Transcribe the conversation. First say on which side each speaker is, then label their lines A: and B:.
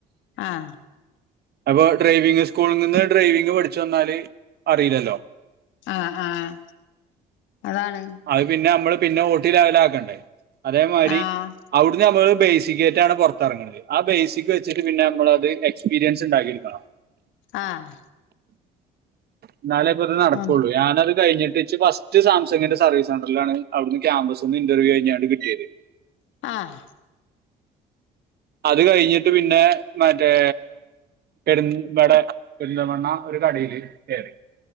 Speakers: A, on the left (about 70°); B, on the right (about 50°).
A: ആഹ്
B: അപ്പൊ ഡ്രൈവിങ് സ്കൂളിൽ നിന്ന് ഡ്രൈവിംങ് പഠിച്ചു വന്നാല് അറിയില്ലല്ലോ
A: ആഹ് ആഹ് അതാണ്
B: അത് പിന്നെ നമ്മള് പിന്നെ ഓട്ടി ലവലാക്കണ്ടേ അതേമാതിരി
A: ആഹ്
B: അവിടുന്ന് നമ്മള് ബേസിക്കായിട്ടാണ് പുറത്തിറങ്ങുന്നത്ത് ആ ബേസിക് വച്ചിട്ട് പിന്നെ നമ്മളത് എക്സ്പീരിയൻസ് ഉണ്ടാക്കി എടുക്കണം
A: ആഹ്
B: എന്നാലേ ഇപ്പ ഇത് നടക്കുള്ളൂ
A: ആഹ്
B: ഞാനത് കഴിഞ്ഞിട്ട്ച്ച് ഫസ്റ്റ് സാംസംഗിന്റെ സർവീസ് സെന്റിലാണ് അവിടുന്ന് ക്യാമ്പസ്ന്ന് ഇന്റർവ്യ കഴിഞ്ഞാണ്ട് കിട്ടിയത്
A: ആഹ്
B: അത് കഴിഞ്ഞിട്ട് പിന്നെ മറ്റേ പെര് ഇബടെ പെരുന്തമണ്ണ ഒരു കടിയില് കയറി